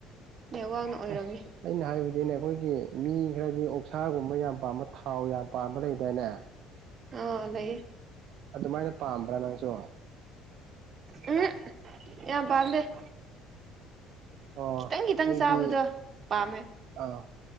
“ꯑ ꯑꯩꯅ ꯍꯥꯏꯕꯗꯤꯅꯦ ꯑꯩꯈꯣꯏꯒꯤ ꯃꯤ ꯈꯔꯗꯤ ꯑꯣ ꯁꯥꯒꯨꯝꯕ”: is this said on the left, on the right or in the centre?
Right